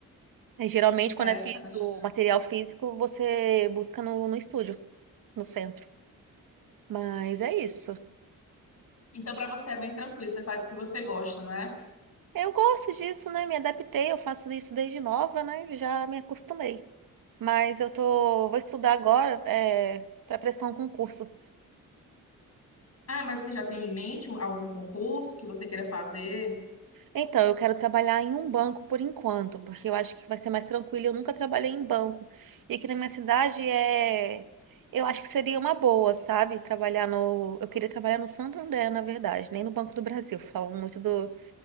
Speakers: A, on the right; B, on the left.
A: Eh, geralmente,
B: interessante.
A: quando é fi- o material físico, você busca no, no estúdio, no centro. Mas é isso.
B: Então, para você é bem tranquilo, você faz o que você gosta, né?
A: Eu gosto disso, né? Me adaptei, eu faço isso desde nova, né? Já me acostumei. Mas eu tô, vou estudar agora, é, para prestar um concurso.
B: Ah, mas você já tem em mente algum concurso que você queira fazer?
A: Então, eu quero trabalhar em um banco por enquanto, porque eu acho que vai ser mais tranquilo. Eu nunca trabalhei em banco. E aqui na minha cidade é, eu acho que seria uma boa, sabe? Trabalhar no, eu queria trabalhar no Santander, na verdade, nem no Banco do Brasil. Falam muito do,